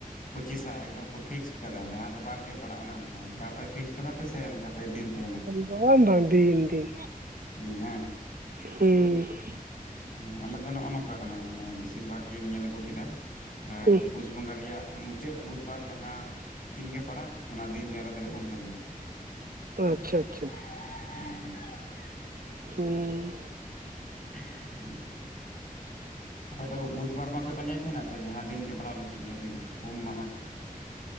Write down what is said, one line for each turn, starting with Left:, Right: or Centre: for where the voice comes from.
Left: ᱯᱚᱪᱤᱥᱟ ᱮᱠᱫᱚᱢ ᱠᱚ ᱯᱷᱤᱠᱥᱴ ᱠᱟᱫᱟ ᱡᱟᱦᱟᱸ ᱵᱟᱨ ᱜᱮ ᱯᱟᱲᱟᱜ-ᱟ ᱚᱱᱮ ᱚᱱᱠᱟ ᱚᱱᱠᱟ ᱾ ᱟᱯᱮ ᱯᱷᱤᱠᱥ ᱠᱟᱫᱟ ᱯᱮ ᱥᱮ ᱚᱱᱠᱟ ᱯᱮ ᱫᱤᱱ ᱛᱮᱦᱮᱱᱟ ᱾
Right: ᱱᱚᱜ-ᱚᱭ ᱵᱟᱝ ᱫᱤᱱ ᱫᱤᱱ
Left: ᱫᱤᱱ ᱦᱟᱝ ᱾
Right: ᱦᱩᱸᱻ ᱾
Left: ᱦᱩᱸ ᱟᱞᱮ ᱫᱚ ᱱᱚᱜ-ᱚ ᱱᱚᱝᱠᱟ ᱠᱟᱱᱟ ᱢᱟᱱᱮ ᱵᱤᱥᱤᱨ ᱵᱷᱟᱜᱽ ᱜᱤᱧ ᱧᱮᱞ ᱟᱹᱜᱩ ᱠᱮᱫᱟ ᱮ
Right: ᱦᱩᱸ
Left: ᱯᱩᱥ ᱵᱚᱸᱜᱟ ᱨᱮᱭᱟᱜᱼᱼ ᱢᱩᱪᱟᱹᱜ ᱵᱩᱫᱽᱵᱟᱨ ᱡᱟᱦᱟᱸ ᱫᱤᱱ ᱜᱮ ᱯᱟᱲᱟᱜ ᱚᱱᱟ ᱫᱤᱱ ᱜᱮ ᱟᱞᱮ ᱫᱚᱞᱮ ᱩᱢ ᱛᱮᱦᱮᱱᱟ ᱾
Right: ᱟᱪ-ᱪᱷᱟ ᱟᱪ-ᱪᱷᱟ ᱾
Left: ᱠᱩ-ᱠᱩᱲ-ᱠᱩᱫ-ᱠᱩᱠ-ᱠᱩ, ᱚᱱ ᱠᱟᱱ ᱾
Right: ᱥᱩᱸᱝ ᱾
Left: ᱴᱷᱤᱝᱼᱤᱝ-ᱤᱝ-ᱴᱦᱚᱜ ᱾ <unintelligible> ᱢᱪᱮᱜ, ᱟᱯᱮ ᱫᱚ ᱵᱩᱫᱽᱵᱟᱨ ᱵᱟᱝ ᱯᱮ ᱯᱟᱸᱡᱟᱭ ᱛᱮᱦᱮᱱᱟ ᱥᱮ ᱡᱟᱦᱟᱸ ᱫᱤᱱ ᱜᱮ ᱯᱟᱲᱟᱣ ᱞᱮᱱᱠᱷᱟᱡ ᱜᱮ ᱦᱳᱭᱳᱜ-ᱟ ᱩᱢ ᱢᱟᱦᱟᱸ?